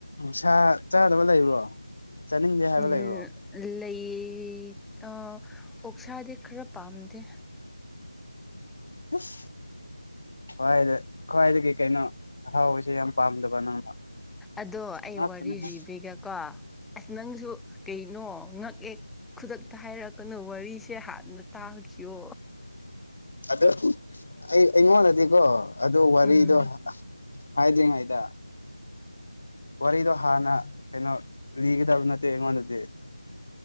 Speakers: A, on the left (about 60°); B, in the centre.
A: ꯁꯥꯥ ꯆꯥꯗꯕ ꯂꯩꯕ꯭ꯔꯣ ꯆꯥꯅꯤꯡꯗꯦ ꯍꯥꯏꯕ
B: ꯎꯝ
A: ꯂꯩꯕ꯭ꯔꯣ
B: ꯂꯩ ꯑꯥ ꯑꯣꯛꯁꯥꯗꯤ ꯈꯔ ꯄꯥꯝꯗꯦ
A: ꯑꯁ ꯈ꯭ꯋꯥꯏꯗ ꯈ꯭ꯋꯥꯏꯗꯒꯤ ꯀꯩꯅꯣ ꯑꯍꯥꯎꯕꯁꯦ ꯌꯥꯝ ꯄꯥꯝꯗꯕ ꯅꯪꯅ
B: ꯑꯗꯣ ꯑꯩ
A: ꯉꯥꯛꯇꯅꯤꯍꯦ
B: ꯋꯥꯔꯤ ꯔꯤꯕꯤꯒꯦ ꯀꯣ ꯑꯁ ꯅꯪꯁꯨ ꯀꯩꯅꯣ ꯉꯛꯑ ꯈꯨꯗꯛꯇ ꯍꯥꯏꯔꯛꯀꯅꯨ ꯋꯥꯔꯤꯁꯦ ꯍꯥꯟꯅ ꯇꯥꯒꯤꯁꯤꯌꯣ
A: ꯑꯗꯣ ꯑꯩ ꯑꯩꯉꯣꯟꯗꯗꯤꯀꯣ ꯑꯗꯨ ꯋꯥꯔꯤꯗꯣ
B: ꯎꯝ
A: ꯍꯥꯏꯗ꯭ꯔꯤꯉꯩꯗ ꯋꯥꯔꯤꯗꯣ ꯍꯥꯟꯅ ꯀꯩꯅꯣ ꯂꯤꯒꯗꯕ ꯅꯠꯇꯦ ꯑꯩꯉꯣꯟꯗꯗꯤ